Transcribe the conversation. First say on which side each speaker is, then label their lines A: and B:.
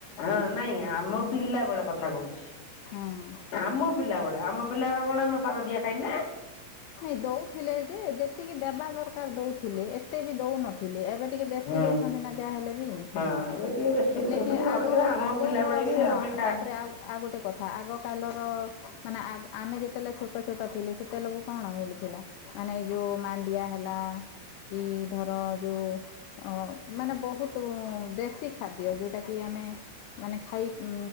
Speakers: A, on the left; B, on the left.
A: ହଁ ନାଇଁ ଆମ ପିଲା ବେଳେ କଥା କହୁଛି।
B: ହଁ।
A: ଆମ ପିଲାବେେଳେ ଆମ ପିଲାବେଳେ କଣ ଆମ ସାର ଦିଆ ଖାଇନା
B: ନାଇଁ ଦଉଥିଲେ ଯେ ଯେତିକି ଦେବା ଦରକାର ଦଉଥିଲେ ଏତେ ବି ଦଉନଥିଲେ ଏବେ ଏବେ ଟିକେ ବେଶି
A: ହୁଁ
B: ଦଉଛନ୍ତି ନା ଯାହା ହେଲେ ବି
A: ହଁ ଏବେ ଟିକେ ବେଶୀ
B: ଲେକିନ
A: ଦଉଛନ୍ତି ନହେଲେ
B: ଆଗ
A: କିନ୍ତୁ ଆମ
B: ଆଗର
A: ପିଲାବେଳେ ବି
B: ଶୁଣ
A: ଆମେ ଖା
B: ତାପରେ ଆଉ ଆଉ ଗୋଟେ କଥା ଆଗକାଲର ମାନେ ଆମେ ଯେତେବେଳେ ଛୋଟ ଛୋଟ ଥିଲେ ସେତେବେଲୁ ମିଳୁଥିଲା ମାନେ ଏଇ ଯୋଉ ମାଣ୍ଡିଆ ହେଲା କି ଧର ଯୋଉ ଅ ମାନେ ବହୁତ ଦେଶୀ ଖାଦ୍ୟ ଯୋଉଟା କି ଆମେ ମାନେ ଖାଇ ଉ